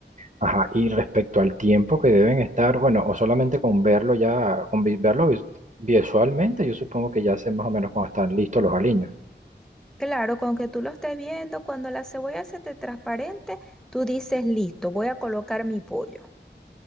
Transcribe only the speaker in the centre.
Claro, con que tú lo estés viendo, cuando la cebolla se te transparente, tú dices, listo, voy a colocar mi pollo.